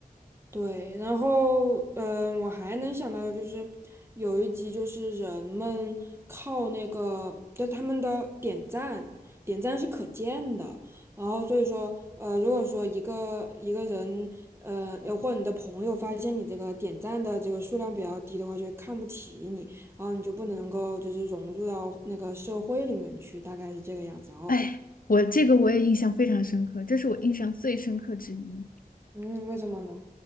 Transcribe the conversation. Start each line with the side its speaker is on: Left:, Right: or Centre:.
Right: 对，然后嗯、呃我还能想到的就是有一集就是人们靠那个，就他们的点赞，点赞是可见的，然后所以说呃，如果说一个一个人呃呃或者你的朋友发现你这个点赞的这个数量比较低的话，就会看不起你，然后你就不能够就是融入到那个社会里面去，大概是这个样子。然后
Left: 哎，我这个我也印象非常深刻，这是我印象最深刻之一。
Right: 嗯，为什么呢？